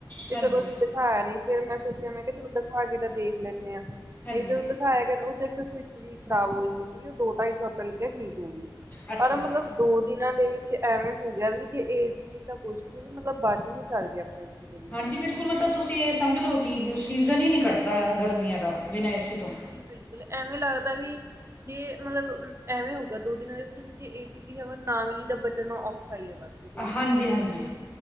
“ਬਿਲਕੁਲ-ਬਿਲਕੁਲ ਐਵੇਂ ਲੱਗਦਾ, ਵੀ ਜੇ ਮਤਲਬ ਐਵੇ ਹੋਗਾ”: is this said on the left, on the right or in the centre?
Right